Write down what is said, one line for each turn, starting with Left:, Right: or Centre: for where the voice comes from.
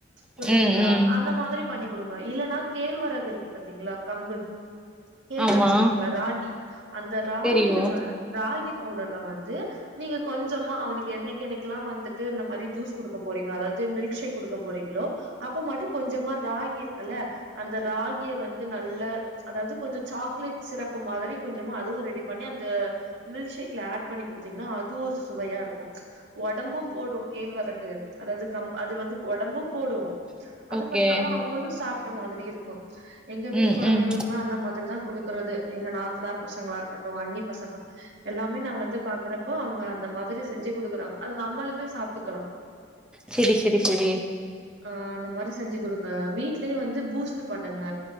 Right: புரியுதுங்களா
Centre: ம் ம்
Right: அந்த மாதிரி பண்ணி குடுங்க இல்லன்னா கேழ்வர ட்ட இது இருக்கு பாத்தீங்களா கம்பு கேழ்வரகு
Centre: ஆமா
Right: சொல்லுவாங்களா ராகி அந்த ராகில
Centre: தெரியு
Right: வ ராகி பவுடர்ல வந்து நீங்க கொஞ்சமா அவனுக்கு என்னைக்கு என்னைக்கெல்லா வந்துட்டு இந்த மாரி ஜூஸ் குடுக்க போறீங்களோ அதாது மில்க் ஷேக் குடுக்க போறீங்ளோ அப்ப மட்டு கொஞ்சமா ராகி இருக்கில்ல அந்த ராகிய வந்து நல்ல அதாது கொஞ்ச சாக்லேட் ஷிரப்பு மாதிரி கொஞ்சமா அதுவு ரெடி பண்ணி அந்த மில்க் ஷேக்ல ஆட் பண்ணி குடுத்தீங்கன்னா அது ஒரு சுவையா இருக்கு ஒடம்பும் போடு கேழ்வரகு அதாது கம் அது வந்து ஒடம்பும் போடு அது
Centre: ஓகே
Right: பண்லாம அவுங்களு சாப்ட்ட மாதிரி இருக்கும் எங்க வீட்டு
Centre: ம்
Right: கொழந்தைங்களுக்குலா
Centre: ம்
Right: அந்த மாதிரிதா க்கறது எங்க நாத்தனாரு பசங்களா இருக்கட்டு எங்க அன்னி பசங்களா எல்லாமே நா வந்து பாக்குறப்போ அவங்க அந்த மாதிரி செஞ்சி குடுக்குறாங்க அது நம்மளுமே சாப்ட்டுக்கலா
Centre: செரி செரி செரி
Right: ஆ அந்த மாரி செஞ்சி குடுங்க வீட்லே வந்து பூஸ்ட் த்து பண்ணுங்க